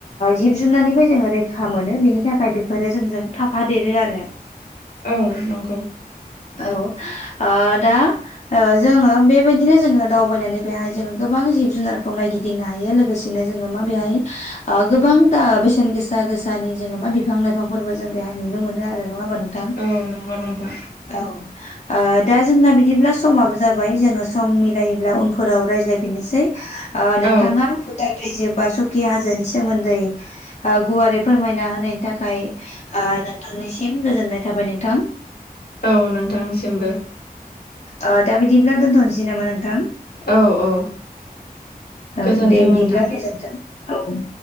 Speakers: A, on the left (about 45°); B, on the left (about 80°).
A: जिब जुनारनिफ्राय जोङो रैखा मोनो बेनि थाखाय बेफोरो जोंजों थाफ देरो आरो
B: औ नंगौ।
A: औ ओ दा जोङो बेबायदिनो जोङो दावबायनानै बेहाय जोङो गोबां जिब जुनारखौ नायगिदिंनो हायो लोगोसेनो जोङो मा बेहाय गोबां दा बेसेन गोसा गोसानि जोङो मा बिफां लाइफांफोरबो जों बेहाय नुनो मोनो आरो नङा हा नोंथां।
B: औ नंगौ नोंथां।
A: औ ओ दा जोंना बिदिब्ला समाबो जाबाय जोङो सम मिलायो। ब्ला‌ उनफोराव रायज्लायफिननोसै नोंथाङा
B: औ
A: जोबबा सकि हाजोनि सोमोन्दै गुवारै फोरमायना होनायनि थाखाय ओ नोंथांनिसिम गोजोननाय थाबाय नोंथां।
B: औ नोंथांनिसिमबो
A: औ दा बिदिब्ला दोनथ'नोसै नामा नोंथां।
B: औ औ गोजोन्थों
A: औ दे बिदिब्ला
B: नोंथां
A: गोजानथ' औ